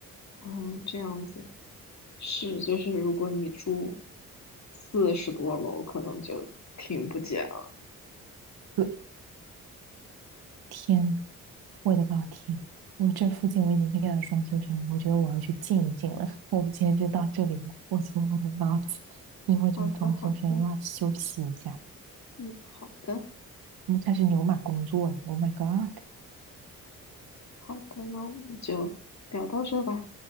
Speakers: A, on the left; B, on the right.
A: 嗯，这样子是就是如果你住四十多楼，可能就听不见。
B: 对，天，我的老天，我这附近我已经遇到双休生了，我觉得我要去静一静了。我们今天就到这里了，我觉得我的脑子因为这个装修声又要休息一下，
A: 好的，好的，嗯，好的，
B: 我们开始牛马工作了。Oh my god！
A: 好的，那我们就聊到这吧。